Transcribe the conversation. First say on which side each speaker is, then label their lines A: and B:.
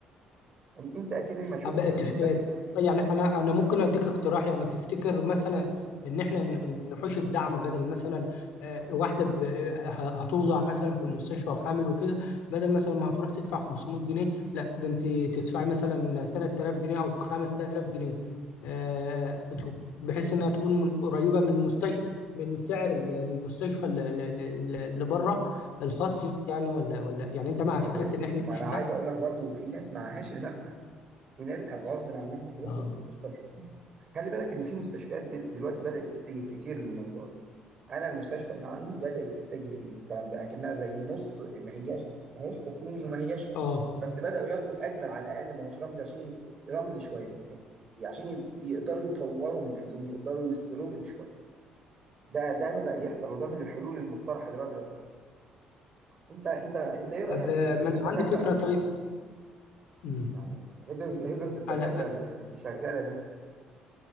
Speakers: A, on the right; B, on the left.
A: إن- انت اكيد ما شفت
B: أبقى
A: في
B: تف...
A: المستشفى
B: آه، يعني انا انا ممكن اديك اقتراح يعني تفتكر مثلا ان احنا ن- نحوش الدعم بدل مثلا آه، واحده ب... آه، ه- هتوضع مثلا في المستشفى وحامل وكده بدل مثلا ما هتروح تدفع 500 جنيه لا ده انت تدفعي مثلا 3000 جنيه او 5000 جنيه آه، ت- بحيث انها تكون من قريبه من مستشفى من سعر ال- المستشفى ال- ال- ال- اللي بره الخاص يعني ولا ولا يعني انت مع
A: ما
B: فكره
A: هو
B: ان احنا
A: ما
B: نحوش
A: انا
B: الدعم
A: عايز اقول لك برضو في ناس معهاش المبلغ في ناس غصب عنها هتروح
B: اه
A: للمستشفى الحكومي خلي بالك ان في مستشفيات دل- دلوقتي بدأت تتجه كتير للموضوع ده انا المستشفى اللي عندي بدأت تتجه للكلام ده اكنها زي النص ما هياش ما هياش حكومي وما هياش خاص
B: اه
A: بس بدأوا ياخدوا اجر على الاقل ما هوش رمزي عشان ي- رمزي شويه بس عشان ي- يقدروا يطوروا من نفسهم يقدروا يصرفوا شويه ده ده بدأ يحصل وده من الحلول المقترحه اللي بدأت تحصل انت انت انت ايه رأيك
B: طب آه،
A: في هجرة
B: ما انا
A: الدكاتره
B: عندي فكره
A: اصلا
B: طيب مم.
A: يعني هجرة هجرة الدكاتره
B: أنا
A: اللي اللي شغاله دي